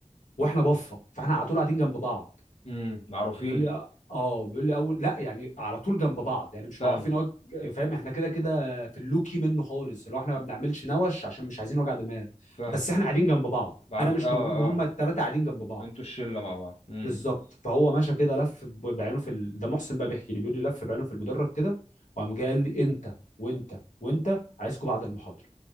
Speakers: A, on the left; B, on the left.
A: واحنا بفه فاحنا على طول قاعدين جنب بعض
B: امم معروفين
A: بيقول لي اه آه، بيقول لي اول لا يعني على طول جنب بعض يعني مش
B: فاهم
A: معروفين اه فاهم احنا كده كده في اللوكي منه خالص اللي هو احنا ما بنعملش نوش عشان مش عايزين وجع دماغ
B: فاهم
A: بس احنا قاعدين جنب بعض
B: بعرف
A: انا مش
B: اه
A: موجود هما
B: اه
A: الثلاثه قاعدين جنب بعض
B: انتوا الشله مع بعض امم
A: بالظبط فهو ماشى كده لف ب- بعينه في ال... ده محسن بقى بيحكي لي بيقول لي لف بعينه في المدرج كده وقام جاي قال لي انت وانت وانت عايزكم بعد المحاضره